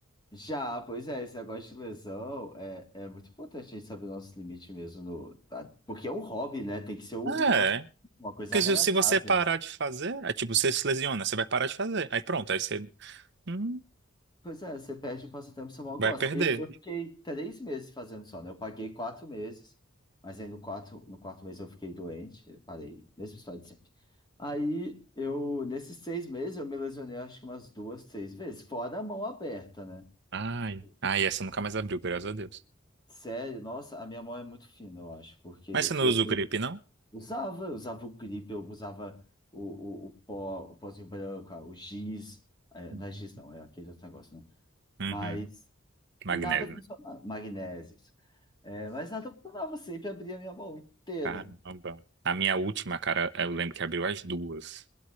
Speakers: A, on the left; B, on the right.
A: Já, pois é, esse negócio de lesão é, é muito importante a gente saber o nosso limite mesmo, no, tá? Porque é um hobby, né? Tem que ser um,
B: Ah,
A: um passatempo,
B: é.
A: uma coisa
B: Porque
A: agradável.
B: se se você parar de fazer, é tipo, você se lesiona, você vai parar de fazer. Aí pronto, aí você hum,
A: Pois é, você perde o passatempo que você mal
B: vai
A: gosta.
B: perder.
A: Eu, eu fiquei três meses fazendo só, né? Eu paguei quatro meses, mas aí no quarto, no quarto mês eu fiquei doente, parei, mesma história de sempre. Aí eu, nesses seis meses, eu me lesionei acho que umas duas, três vezes, fora a mão aberta, né?
B: Ai,
A: Tipo,
B: ai, essa nunca mais abriu, graças a Deus.
A: Sério, nossa, a minha mão é muito fina, eu acho, porque
B: Mas você não
A: eu,
B: usa o
A: eu
B: grip, não?
A: usava, eu usava o gripe, eu usava o, o, o pó, o pozinho branco, ah, o giz, é,
B: Uhum.
A: não é giz não, é aquele outro negócio, né?
B: Uhum.
A: Mas
B: Magnésio,
A: nada funcionava,
B: né?
A: magnésios é, mas nada funcionava, sempre abria a minha mão inteira,
B: Caramba. A minha
A: né?
B: última, cara, eu lembro que abriu às duas.